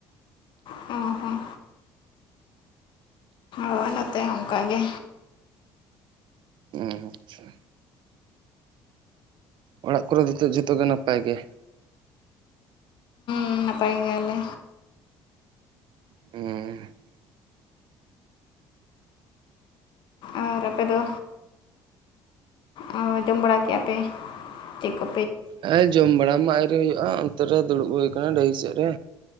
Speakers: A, on the left; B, on the right.
A: ᱦᱩᱸ ᱚ ᱦᱚᱸ ᱦᱳ ᱱᱚᱛᱮ ᱦᱚᱸ ᱚᱱᱠᱟ ᱜᱮ
B: ᱚ ᱟᱪᱪᱷᱟ ᱚᱲᱟᱜ ᱠᱚᱨᱮ ᱫᱚ ᱱᱤᱛᱳᱜ ᱡᱚᱛᱚᱜᱮ ᱱᱟᱯᱟᱭ ᱜᱮ
A: ᱦᱮᱸ ᱱᱟᱯᱟᱭ ᱜᱮᱭᱟᱞᱮ᱾
B: ᱦᱩᱸ
A: ᱟᱨ ᱟᱯᱮ ᱫᱚ? ᱚ ᱡᱚᱢ ᱵᱟᱲᱟ ᱠᱮ ᱯᱮ ᱪᱮᱫ ᱠᱚ
B: ᱦᱮᱸ ᱡᱚᱢ ᱵᱟᱲᱟ ᱢᱟ ᱟᱹᱣᱨᱤ ᱦᱩᱭᱩᱜᱼᱟ ᱚᱱᱛᱮ ᱨᱮ ᱫᱩᱲᱩᱵ ᱦᱩᱭ ᱟᱠᱟᱱᱟ ᱰᱟᱹᱦᱤ ᱥᱮᱫ ᱨᱮ